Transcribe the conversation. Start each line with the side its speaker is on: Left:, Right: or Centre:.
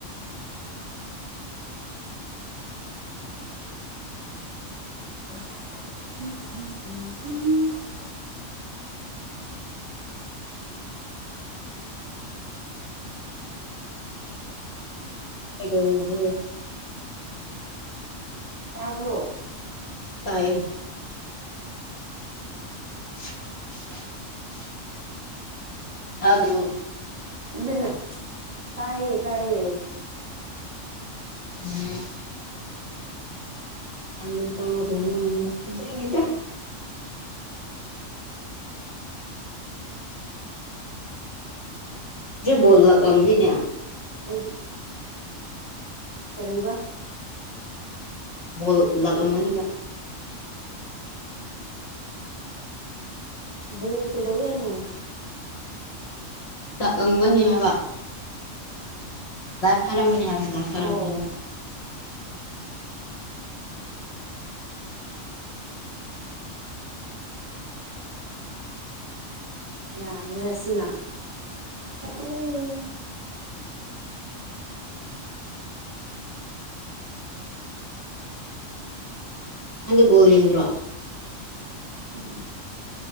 Right: <inaudible>
Left: ꯀꯩꯗꯧꯔꯤꯒꯦ
Right: ꯇꯥꯕ꯭ꯔꯣ
Left: ꯇꯥꯏꯌꯦ <inaudible> ꯇꯥꯗ꯭ꯔꯣ
Right: ꯇꯨꯃꯤꯟꯅ ꯇꯥꯏꯌꯦ ꯇꯥꯏꯌꯦ
Left: ꯎꯝ <unintelligible> ꯇꯥꯗꯕ ꯃꯟꯕꯨ ꯑꯗꯨꯏꯅꯤꯗ ꯉꯁꯤ ꯕꯣꯜ ꯂꯛꯂꯝꯅꯤꯅꯦ
Right: ꯑꯩꯗꯤ ꯀꯔꯤꯕ
Left: ꯕꯣꯜ ꯂꯛꯂꯝꯃꯅꯤꯕ
Right: ꯕꯣꯜ ꯀꯩꯗꯧꯋꯤ ꯍꯥꯏꯅꯣ
Left: ꯂꯥꯛꯂꯝꯒꯅꯤ ꯍꯥꯏꯕ ꯂꯥꯏꯐ ꯊꯥꯔꯝꯒꯅꯤ ꯍꯥꯏꯕ ꯂꯥꯏꯐ ꯊꯥꯔꯝꯒꯅꯤ
Right: ꯑꯣ ꯌꯥꯒꯦꯔ ꯁꯤꯅ ꯑꯣ
Left: ꯅꯪꯗꯤ ꯕꯣꯜ ꯌꯦꯡꯗ꯭ꯔꯣ
Right: ꯎꯝ ꯎꯝ